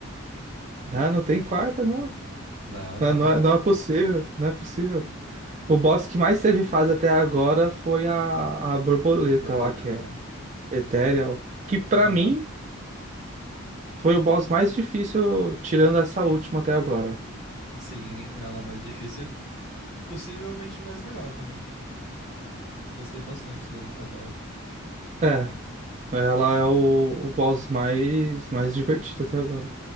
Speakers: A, on the right; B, on the left.
A: Não, não tem quarta, não.
B: Não, jamais,
A: Não, não é,
B: né?
A: não é possível, não é possível. O boss que mais teve fase até agora foi a, a borboleta
B: Borboleta.
A: lá, que é Ethereal. Que pra
B: Aham.
A: mim foi o boss mais difícil, tirando essa última até agora.
B: Sim, ela é mais difícil e possivelmente mais legal também. Eu gostei bastante da luta dela.
A: É, ela é o, o boss mais, mais divertido até agora.